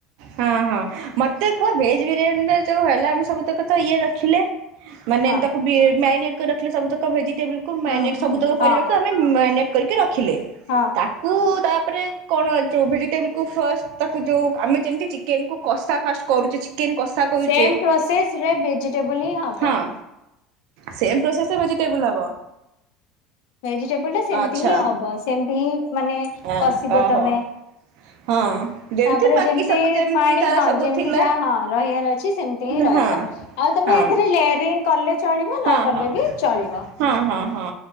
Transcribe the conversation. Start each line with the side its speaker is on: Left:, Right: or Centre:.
Right: ହଁ ହଁ ମତେ କୁହ ଭେଜ ବିରିୟାନୀର ଯୋଉ ହେଲା ଆମେ ସବୁ ତକ ତ ଇଏ ରଖିଲେ। ମାନେ
Left: ହଁ
Right: ତାକୁ ବି ମ୍ୟାରିନେଟ୍ କରି ରଖିଲେ ସବୁତକ ଭେଜିଟେବୁଲକୁ ମାରିନେଟ
Left: ହୁଁ ହୁଁ
Right: ସବୁତକ ପରିବାକୁ
Left: ହଁ
Right: ଆମ୍ ମ୍ୟାରିନେଟ୍ କରିକି ରଖିଲେ।
Left: ହଁ।
Right: ତାକୁ ତାପରେ କଣ ଯୋଉ ଭେଜିଟେବୁଲକୁ ଫାର୍ଷ୍ଟ ତାକୁ ଯୋଉ ଆମେ ଯେମିତି ଚିକେନ କୁ କଷା ଫାଷ୍ଟ କରୁଛୁ ଚିକେନ କଷା। କରୁଛେ
Left: ସେମ ପ୍ରୋସେସରେ ଭେଜିଟେବଲ ହିଁ ହବ।
Right: ହଁ ସେମ୍ ପ୍ରୋସେସ ଭେଜିଟେବୁଲ ହବ।
Left: ଭେଜିଟେବୁଲ ଟା ସେମିତି
Right: ଆଚ୍ଛା
Left: ହିଁ ହବ ସେମତି ହିଁ ମାନେ
Right: ହଁ
Left: କଷିବ
Right: ଓହୋ
Left: ତମେ
Right: ହଁ।
Left: ତାପରେ
Right: ବାକି
Left: ଯେମିତି
Right: ସବୁ ଯେମିତି
Left: ପାଣି
Right: ତାର
Left: ହଁ
Right: ସବୁ
Left: ଯେମତି
Right: ଥିଲା
Left: ଯାହା ହଁ ରହିବାର ଅଛି ସେମିତି ହିଁ
Right: ହଁ
Left: ରହିବ। ଆଉ ତମେ
Right: ହଁ
Left: ଏଥିରେ ଲେଆରିଂ କଲେ ଚଳିବ ନ
Right: ହଁ
Left: କଲେ
Right: ହଁ
Left: ବି ଚଳିବ।
Right: ହଁ ହଁ ହଁ